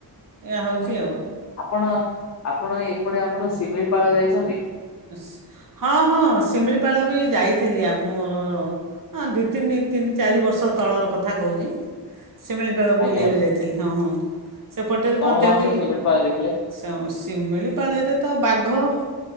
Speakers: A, on the right; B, on the left.
A: ଏହା ହେଉଛି
B: ଆଜ୍ଞା
A: ଆଉ
B: ଆପଣ ଆପଣ ଏପଟେ ଆମର ଶି ମିଳିପାଳ ଯାଇଚନ୍ତି?
A: ଶି ହଁ ହଁ ଶିମିଳିପାଳ ବି ଯାଇଥିଲି ଆମର ହଁ ଦି ତିନି ତିନି ଚାରି ବର୍ଷ ତଳର କଥା କହୁଚି। ଶିମିଳିପାଳ
B: ଆଜ୍ଞା
A: ବୁଲିବାକୁ
B: ଆଜ୍ଞା
A: ଯାଇଥିଲି ହଁ ହଁ ସେପଟରେ
B: କଣ
A: ମଧ୍ୟ
B: କଣ
A: ବି
B: ସବୁ ସିମିଳିପାଳ ପାଳ ଦେଖିଲେ?
A: ସ ଶିମିଳି ପାଳରେ ତ ବାଘ